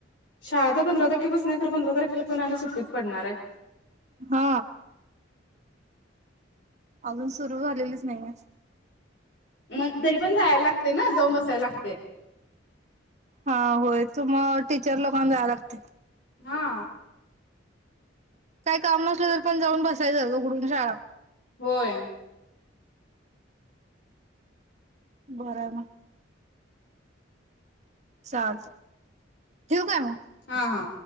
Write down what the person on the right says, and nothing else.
हा अजून सुरू झालेलीच नाहीे
हा होय तू मग टीचर लोकांना जायला लागते
काय काम नसलं तर पण जाऊन बसायचं उघडून शाळा.
बरोबर चालतंय ठेवू काय मग